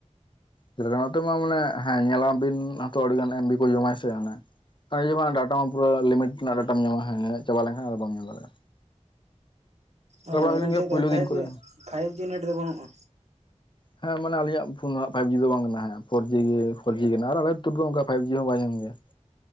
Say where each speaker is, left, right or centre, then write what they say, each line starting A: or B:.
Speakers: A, on the left; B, on the right.
A: ᱪᱮᱫᱟ ᱱᱚᱛᱮ ᱢᱟ ᱢᱟᱱᱮ ᱦᱮᱸ ᱧᱮᱞᱟ ᱵᱤᱱ ᱟᱛᱚ ᱟᱹᱰᱤ ᱜᱟᱱ ᱮᱢ ᱵᱤ ᱠᱚ ᱡᱚᱢᱟᱭ ᱥᱮ ᱚᱱᱮ᱾ <inaudible> ᱵᱟᱝ ᱰᱟᱴᱟ ᱚᱸ ᱯᱩᱨᱟᱹ ᱞᱤᱢᱤᱴ ᱨᱮᱱᱟᱜ ᱰᱟᱴᱟᱢ ᱧᱟᱢᱟ ᱦᱮᱸ ᱪᱟᱵᱟ ᱞᱮᱠᱷᱟᱱ ᱟᱨ ᱵᱟᱢ ᱧᱮᱞ ᱫᱟᱲᱮᱜᱼᱟ᱾
B: ᱚᱻ
A: ᱦᱩᱭ
B: ᱟᱵᱤᱱ
A: ᱞᱮᱱ ᱜᱮᱭᱟ
B: ᱥᱮᱫ
A: ᱯᱳᱭᱞᱳ
B: ᱫᱚ
A: ᱫᱤᱱ
B: ᱯᱷᱟᱭᱤᱵ
A: ᱠᱚᱨᱮ
B: ᱡᱤ ᱯᱷᱟᱭᱤᱵ ᱡᱤ ᱱᱮᱴ ᱫᱚ ᱵᱟᱹᱱᱩᱜᱼᱟ?
A: ᱦᱮᱸ ᱢᱟᱱᱮ ᱟᱞᱤᱧᱟᱜ ᱯᱷᱳᱱ ᱦᱟᱸᱜ ᱯᱷᱟᱭᱤᱵᱽ ᱡᱤ ᱫᱚ ᱵᱟᱝ ᱠᱟᱱᱟ ᱦᱮᱸ ᱯᱷᱳᱨ ᱡᱤ ᱜᱮ ᱯᱷᱳᱚᱨ ᱡᱤ ᱠᱟᱱᱟ ᱟᱨ ᱟᱞᱮ ᱟᱛᱩ ᱨᱮᱫᱚ ᱚᱱᱠᱟ ᱯᱷᱟᱭᱤᱵᱽ ᱡᱤ ᱦᱚᱸ ᱵᱟᱭ ᱧᱟᱢ ᱜᱮᱭᱟ᱾